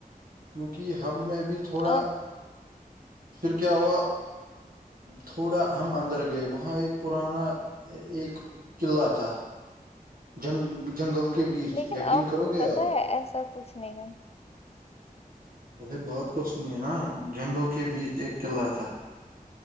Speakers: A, on the right (about 70°); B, on the left (about 40°).
A: کیونکہ ہم میں بھی تھوڑا
B: آپ
A: پھر کیا ہوا تھوڑا ہم اندر گئے وہاں ایک پرانا ایک قلعہ تھا جنگ جنگل کے بیچ
B: لیکن
A: یقین
B: آپ
A: کرو
B: کو
A: گے
B: پت
A: آپ
B: ہے ایسا کچھ نہیں ہے
A: ارے بات تو سنیے نا جنگل کے بیچ ایک قلعہ تھا